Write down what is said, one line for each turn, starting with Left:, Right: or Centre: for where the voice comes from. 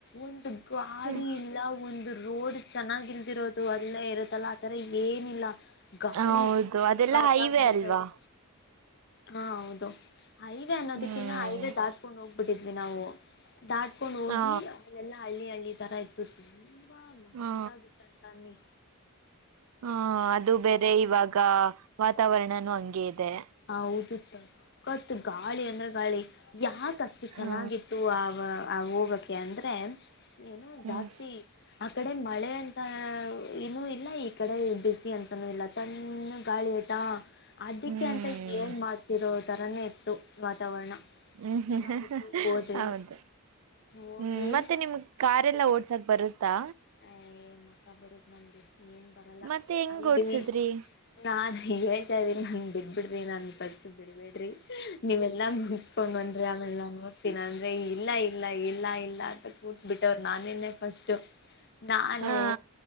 Left: ಒಂದು ಗಾಡಿ
Right: ಹ್ಮ್
Left: ಇಲ್ಲ ಒಂದು ರೋಡ್ ಚೆನ್ನಾಗಿ್ ಇಲ್ದಿರೋದು ಅದೆಲ್ಲ ಇರ ತ್ತಲ್ಲ ಆತರ ಏನಿಲ್ಲ ಗಾಳಿ
Right: ಹೌದು
Left: ಸಕ್ಕಾತ
Right: ಅದೆಲ್ಲಾ ಹೈವೇ
Left: ಮಾಡ್ತಾದೆ
Right: ಅಲ್ವಾ
Left: ಹಾ ಹೌದು ಹಐವೆ ಅನ್ನೋದಕ್ಕಿನ್ನ
Right: ಹ್ಮ್
Left: ಹಐವೆ ದಾಟ್ಕೊಂಡ್ ಹೋಗ್ಬಿಟ್ಟಿದ್ವಿ ನಾವು ದಾಟ್ಕೊಂಡು ಹೋಗಿ
Right: ಹಾ
Left: ಅವನ್ನೆಲ್ಲಾ ಹಳ್ಳಿ ಹಳ್ಳಿ ತರ ಇತ್ತತೀಿ ಹಾಮ
Right: ಹಾ
Left: ತದುತ ತನ್ನಿ
Right: ಹ ಅದು ಬೇರೆ ಇವಾಗ ವಾತಾವರಣನುೂ ಹಂಗಗೆ ಇದೆ
Left: ಹ ಹೌದುತ್ತು ಗಾಳಿ ಅಂದ್ರೆ ಗಾಳಿ ಯಾ ಅಷ್ಟು ಚೆನ್ನಾಗಿತ್ತು
Right: ಹಾ
Left: ಆ ಹೋಗೋಕ್ಕೆ ಅಂದರೆ ಏನು
Right: ಹ್ಮ್
Left: ಜಾಸ್ತಿ ಹ ಈ ಕಡೆ ಮಳೆ ಅಂತ ಇನುೂ ಇಲ್ಲ ಈ ಕಡೆ ಬಿಸಿ ಅಂತಾನೂ ಇಲ್ಲ ತನ್ನ ಗಾಳಿತ ಹ ಅದಕ್ಕೆ
Right: ಹ್ಮ್
Left: ಅಂತ ಏನು ಮಾಡ್ಿಸಿರೋ ಥರನೇ ಇತ್ತು ವಾತಾವರಣ
Right: ಹ್ಮ್ ಹ್ಮ್
Left: ಚೆನ್ನಾಗಿತ್ತು ಹೋದ್ವಿ
Right: ಹೌದು
Left: ಹೋಗಿ
Right: ಹ್ಮ್ ಮತ್ತೆ ನಿಮ್ ಕಲ್ಲಾ ಓಡ್ ಕ್ ಬರುತ್ತಾ
Left: ಅ ಅಕ್ಕ ಬರದ ಮಂದಿ ಏನ್ ಬರಲ್ಲ
Right: ಮತ್ತೆ ಹೆಂಗ್
Left: ಅಲ್ಲಿ
Right: ಓಡ್ಸುದ್ರಿ
Left: ನಾ ಹಗ ಹೇಳ್ತ ಇದೀ ನನ್ ಬಿಟ್ಬ ಬಿಡ್ರಿ ನ ಸ್ ಬಿಡ್ಬೇಡ್ರಿ ನೀವೆಲ್ಲಾ ಮುಗಿಸಕೊಂಡ್ ಬಂದ್ರಿ ಆಮೇಲೆ ನಾನ್ ನಓದತೀನ ಇಲ್ಲ ಇಲ್ಲ ಇಲ್ಲ ಇಲ್ಲ ಅಂತ ಕೂತ್ ಬಿಿಟ್ಟವರು ನಾನೇೇ ಫಸ್ಟು ನಾನು
Right: ಹಾ